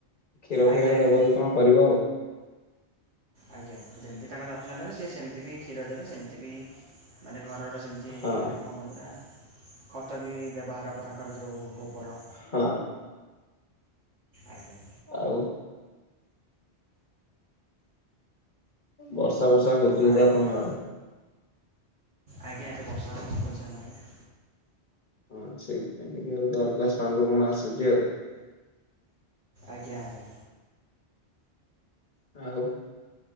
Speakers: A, on the left; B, on the right.
A: କ୍ଷୀର
B: ଆଜ୍ଞା
A: ଫିର
B: ଆଜ୍ଞା
A: ଦବ କି କଣ କରିବ ଆଉ।
B: ଆଜ୍ଞା ଯେମିତି ତାଙ୍କର ଯତ୍ନ ନେବେ ସିଏ ସେମତି ବି କ୍ଷୀର ଦେବେ ସେମିତି ବି ମାନେ ଘରର ସେମିତି
A: ହଁ
B: ମାନେ କଣ କୁହନ୍ତି ନା ଖତ ବି ବ୍ୟବହାର ହେବ ତାଙ୍କର ଯେଉଁ ଗୋବର
A: ହଁ।
B: ଆଜ୍ଞା।
A: ଆଉ ବର୍ଷା ବର୍ଷା ହଉଛି ବୋଧେ
B: ଆଉ
A: ଆପଣଙ୍କ
B: ଆପଣ
A: ଆଡ଼େ।
B: ଆଜ୍ଞା ଏବେ ବର୍ଷା ହେ ପକ୍ଉଛି ଆମ ଆଡ଼େ
A: ହଁ ସେଇଥିପାଇଁ ଟିକେ ହଉ ଅଲଗା ସାଉଣ୍ଡ କଣ ଆସୁଛି ଆଉ।
B: ଆଜ୍ଞା ଆଜ୍ଞା।
A: ଆଉ